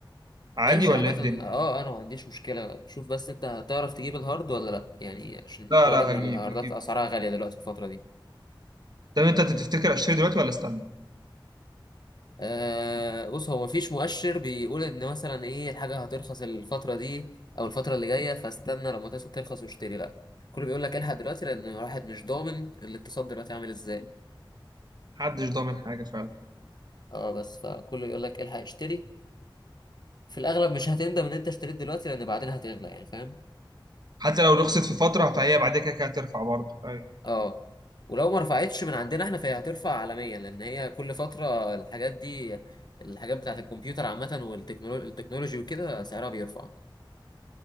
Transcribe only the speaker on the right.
عادي
ولا
ايه الدنيا
لا
لا
هجيب
هجيب
طب انت تفتكر اشتري دلوقتي ولا استنى
محدش ضامن حاجه فعلا
حتى لو رخصت في فتره فهي بعد كده كده هترفع برضه أيوة.